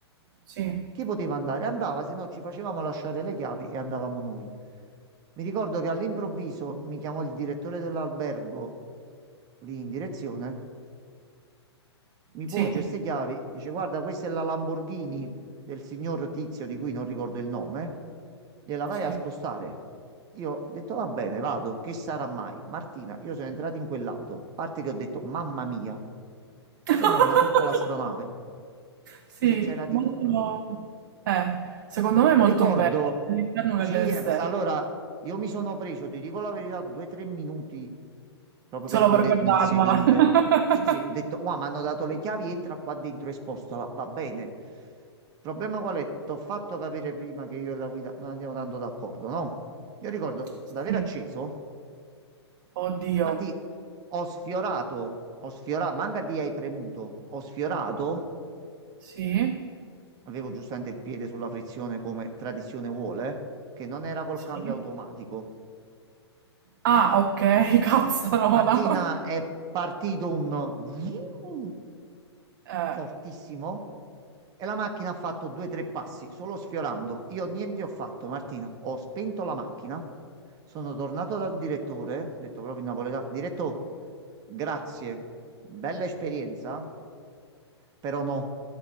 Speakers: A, on the right (about 45°); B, on the right (about 25°).
A: sì,
B: Chi poteva andare? Andava, se no ci facevamo lasciare le chiavi e andavamo noi. Mi ricordo che all'improvviso mi chiamò il direttore dell'albergo lì in direzione, mi porge
A: sì,
B: queste chiavi, dice guarda, questa è la Lamborghini del signor Tizio di cui non ricordo il nome, gliela vai
A: sì.
B: a spostare. Io ho detto va bene, vado, che sarà mai? Martina, io sono entrato in quell'auto, a parte che ho detto mamma mia,
A: <laughs>
B: sembrava una piccola astronave,
A: Sì,
B: cioè c'era di
A: molto...
B: tutto.
A: Eh, secondo me è
B: Ricordo,
A: molto bella, sia l'interno
B: sì,
A: che l'esterno.
B: eh, sa, allora io mi sono preso, ti dico la verità, due o tre minuti proprio
A: Solo
B: per godermi
A: per guardarla.
B: il sedile.
A: <laughs>
B: Sì, sì, ho detto, wow, mi hanno dato le chiavi, entra qua dentro e spostala, va bene. Il problema qual è? T'ho fatto capire prima che io e la guida non andiamo tanto d'accordo, no? Io ricordo
A: Sì,
B: d'aver acceso,
A: oddio.
B: Martì, ho sfiorato, ho sfiorato, manca di hai premuto, ho sfiorato,
A: Sì,
B: avevo giustamente il piede sulla frizione come tradizione vuole, che non era col
A: sì.
B: cambio automatico.
A: Ah, ok, <laughs> cazzarola.
B: Martina è partito un vroom
A: Eh,
B: fortissimo e la macchina ha fatto due o tre passi, solo sfiorando. Io niente ho fatto, Martina. Ho spento la macchina. Sono tornato dal direttore, ho detto proprio in napoletano, diretto, grazie, bella esperienza, però no,